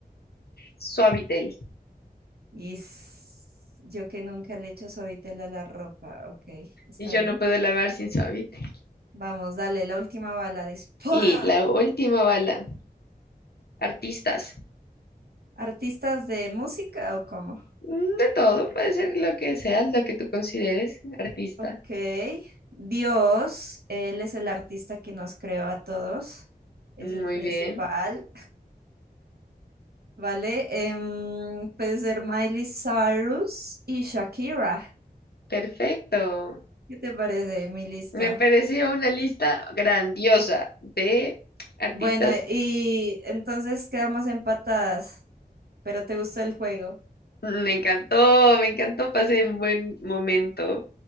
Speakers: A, on the left (about 70°); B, on the right (about 70°).
A: Suavitel.
B: Y s- yo que nunca le echo suavitel a la ropa, ok, está
A: Y yo
B: bien.
A: no puedo lavar sin Suavitel.
B: Vamos, dale, la última bala, dispara.
A: Y la última bala. Artistas.
B: ¿Artistas de música o cómo?
A: Mm, De todo, puede ser lo que sea, lo que tú consideres artista.
B: Ok, Dios, Él es el artista que nos creó a todos, es
A: Muy
B: el principal,
A: bien,
B: ¿vale? Em, puede ser Miley Cyrus y Shakira.
A: perfecto.
B: ¿Qué te parece mi lista?
A: Me pareció una lista grandiosa de artistas.
B: Bueno, y entonces quedamos empatadas, pero ¿te gustó el juego?
A: Mm, Me encantó, me encantó, pasé un buen momento.